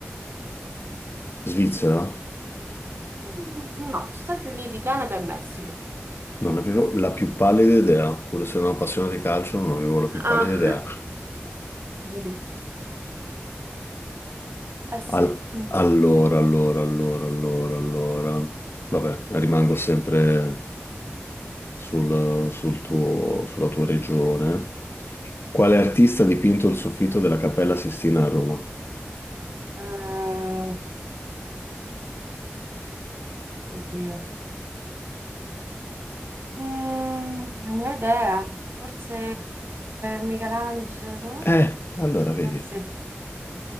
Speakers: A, on the left; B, on the right.
A: Svizzera?
B: Mm, No, Stati Uniti, Canada e Messico.
A: Non avevo la più pallida idea, pur essendo un appassionato di calcio, non avevo la più pallida
B: Ah,
A: idea.
B: <laughs> vedi. Eh sì.
A: Al-
B: Mm.
A: allora, allora, allora, allora, allora. Vabbè, rimango sempre sul- sul tuo- sulla tua regione. Quale artista ha dipinto il soffitto della Cappella Sistina a Roma?
B: Eh, oddio. Mm, non ne ho idea. Forse Michelangelo?
A: Eh, allora vedi,
B: Eh sì.